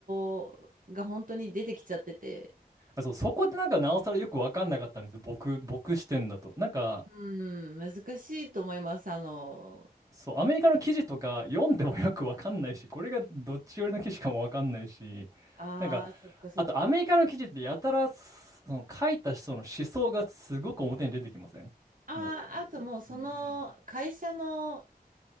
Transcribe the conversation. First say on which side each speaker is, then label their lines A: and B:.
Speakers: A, on the right (about 55°); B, on the right (about 20°).
A: ろが本当に出てきちゃってて、
B: あそう、そこでなんかなおさらよくわかんなかったんですよ。僕、僕視点だと。なんか、
A: うん、難しいと思います。あの、
B: そう、アメリカの記事とか読んでもよくわかんないし、これがどっち寄りの記事かもわかんないし、
A: ああ、
B: なんか、
A: そっかそっか。
B: あとアメリカの記事ってやたら、その書いた人の思想がすごく表に出てきませんもう、
A: ああ、あともうその会社の、
B: うん、